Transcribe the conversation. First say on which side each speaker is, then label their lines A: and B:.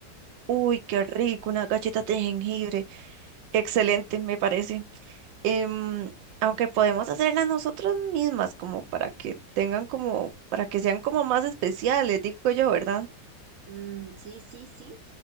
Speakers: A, on the right; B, on the right.
A: Uy, qué rico, una galleta de jengibre. Excelente, me parece. Em, aunque podemos hacerlas nosotras mismas, como para que tengan como, para que sean como más especiales, digo yo, ¿verdad?
B: Mm, sí, sí, sí.